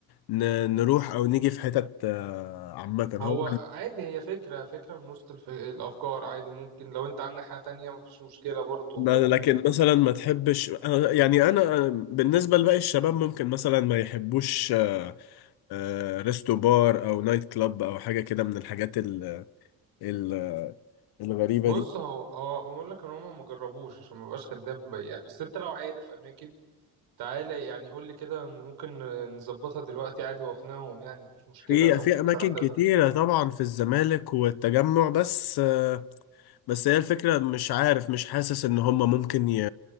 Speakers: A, on the left; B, on the right.
A: ن- نروح او نيجي في حتت آه، عامة
B: هو
A: هو
B: عادي هي فكرة فكرة من وسط الف... الأفكار عادي ممكن لو أنت عندك حاجة تانية مفيش مشكلة برضو
A: ما-
B: ممكن
A: لكن
B: ترمي
A: مثلا ما تحبش انا يعني انا بالنسبة لباقي الشباب ممكن مثلا ما يحبوش آه، آه، ريستو بار او نايت كلاب او حاجة كده من الحاجات ال ال الغريبة
B: بص
A: دي
B: هو هو أقول لك إن هما مجربوش عشان مبقاش كداب يعني بس أنت لو عارف أماكن تعالى يعني قول لي كده ممكن نظبطها دلوقتي عادي واقنعهم يعني مفيش مشكلة
A: في
B: لو
A: في اماكن
B: انت رحت اماكن
A: كتيرة طبعا في الزمالك والتجمع بس آه، بس هي الفكرة مش عارف مش حاسس ان هم ممكن ي...